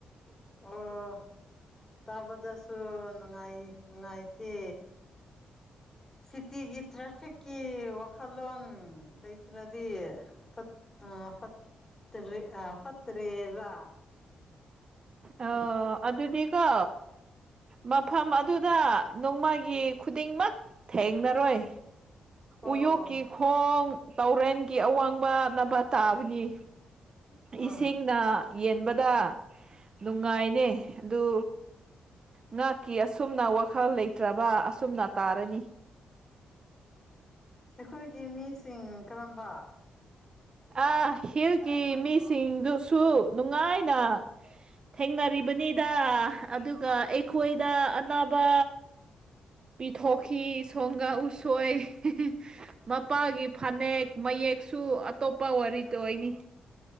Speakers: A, on the left; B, on the right.
A: ꯑꯣ ꯇꯥꯕꯗꯁꯨ ꯅꯨꯡꯉꯥꯏ ꯅꯨꯡꯉꯥꯏꯇꯦ꯫ ꯁꯤꯇꯤꯒꯤ ꯇ꯭ꯔꯥꯐꯤꯛꯀꯤ꯫ <unintelligible> ꯂꯣꯡ ꯂꯩꯇ꯭ꯔꯗꯤ ꯐꯠ ꯐꯠꯇꯦ ꯑ ꯐꯠꯇ꯭ꯔꯦ ꯔꯥ꯫
B: ꯑꯣ ꯑꯗꯨꯗꯤꯀꯣ꯫ ꯃꯐꯝ ꯑꯗꯨꯗ ꯅꯣꯡꯃꯒꯤ ꯈꯨꯗꯤꯡꯃꯛ ꯊꯦꯡꯅꯔꯣꯏ꯫
A: ꯑꯣ
B: ꯎꯌꯣꯛꯀꯤ ꯈꯣꯡ ꯇꯧꯔꯦꯟꯒꯤ ꯑꯋꯥꯡꯕ ꯅꯕ ꯇꯥꯕꯅꯤ꯫
A: ꯑꯣ
B: ꯏꯁꯤꯡꯅ ꯌꯦꯟꯕꯗ ꯅꯨꯡꯉꯥꯏꯅꯦ ꯑꯗꯨ ꯉꯍꯥꯛꯀꯤ ꯑꯁꯨꯝꯅ ꯋꯥꯈꯜ ꯂꯩꯇ꯭ꯔꯕ ꯑꯁꯨꯝꯅ ꯇꯥꯔꯅꯤ꯫
A: ꯑꯩꯈꯣꯏꯒꯤ ꯃꯤꯁꯤꯡ ꯀꯔꯝꯕ?
B: ꯑ ꯍꯤꯜꯒꯤ ꯃꯤꯁꯤꯡꯗꯨꯁꯨ ꯅꯨꯡꯉꯥꯏꯅ ꯊꯦꯡꯅꯔꯤꯕꯅꯤꯗ ꯑꯗꯨꯒ ꯑꯩꯈꯣꯏꯗ ꯑꯅꯥꯕ, ꯄꯤꯊꯣꯛꯈꯤ ꯁꯣꯡꯒꯥ ꯎꯁꯣꯏ <unintelligible> ꯃꯄꯥꯒꯤ ꯐꯅꯦꯛ ꯃꯌꯦꯛꯁꯨ ꯑꯇꯣꯞꯄ ꯋꯥꯔꯤꯇ ꯑꯣꯏꯅꯤ꯫